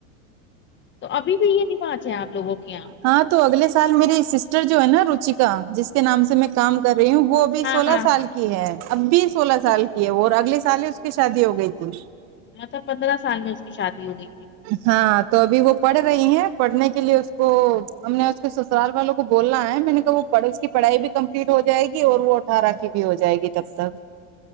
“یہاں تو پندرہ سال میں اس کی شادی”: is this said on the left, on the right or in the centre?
Left